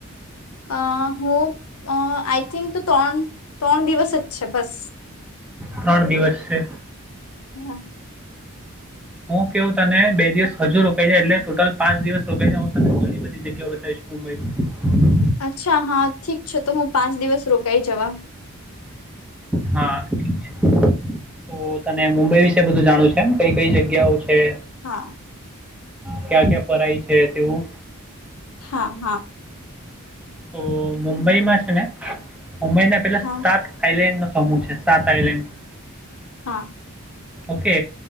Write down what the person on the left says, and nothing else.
અ હું આઈ થિંક તો ત્રણ ત્રણ દિવસ જ છે બસ
હા
અચ્છા હા ઠીક છે તો હું પાંચ દિવસ રોકાઈ જવા
હા
હા હા
હા
હા